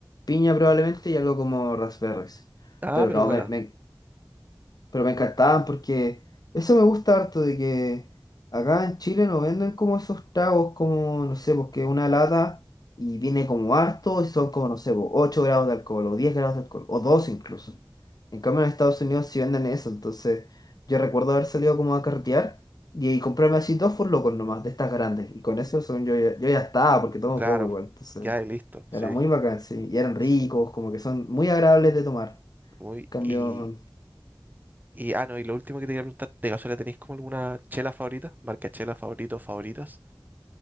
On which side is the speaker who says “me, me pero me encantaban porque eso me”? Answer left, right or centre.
Left